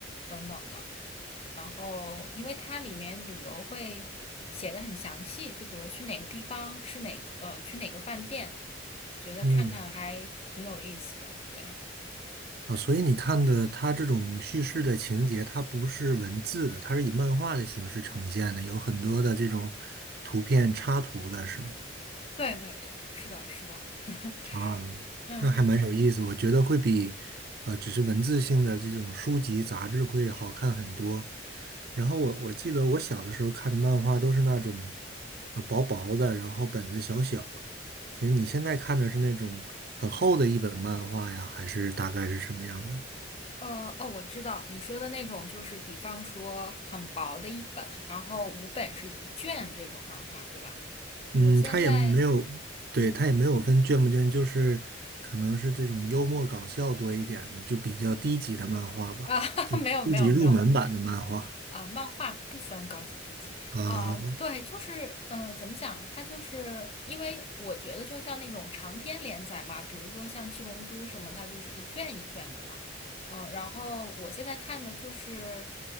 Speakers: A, on the left; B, on the right.
A: 等等的。然后，因为它里面旅游会写的很详细，就比如去哪个地方吃哪个，呃，去哪个饭店，我觉得看看还挺有意思的。
B: 嗯，
A: 对，
B: 啊，所以你看的它这种叙事的情节，它不是文字的，它是以漫画的形式呈现的，有很多的这种图片插图的，是吗？
A: 对对对，是的，是的。<laughs>
B: 啊，
A: 嗯。
B: 那还蛮有意思，我觉得会比呃只是文字性的这种书籍杂志会好看很多。然后我我记得我小的时候看的漫画都是那种呃薄薄的，然后本子小小的。所以你现在看的是那种很厚的一本漫画呀，还是大概是什么样的？
A: 呃，哦，我知道你说的那种，就是比方说很薄的一本，然后五本是一卷这种漫画，对吧？我现在，
B: 嗯，它也没有，对，
A: 嗯，
B: 它也没有分卷不卷，就是可能是这种幽默搞笑多一点的，就比较低级的漫画吧，
A: 啊，<laughs>
B: 就低级入门版的漫画。
A: 没有没有没有，啊，漫画不分高级低级啊，
B: 啊，
A: 对，就是，嗯、怎么讲？它就是因为我觉得，就像那种长篇连载嘛，比如说像《七龙珠》什么，它就是一卷一卷的嘛，呃，然后我现在看的就是